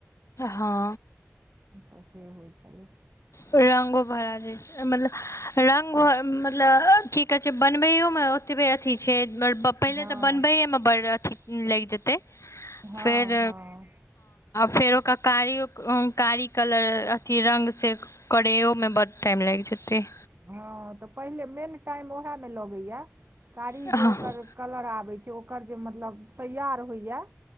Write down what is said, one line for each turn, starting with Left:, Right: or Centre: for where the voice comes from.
Left: हा
Right: तऽ से होइ छलै।
Left: रंगो भरा जे छै मतलब रगे मतलब कि कहै छै बनबैयोमे ओतबे अथी छै पहिले
Right: हँ
Left: तऽ बनबैएमे बड़ अथी लागि जेतै
Right: हँ
Left: फेर।
Right: हँ
Left: फेर ओक कारिय कारी कलर अथि रंग से करेय म बहुत टाइम लागि जे जतै
Right: ह तऽ पहिले मेन टाइम उएहमे लगैया कारी
Left: हँ
Right: जे ओकर कलर आबैत छै ओकर जे मतलब तेयार होइएा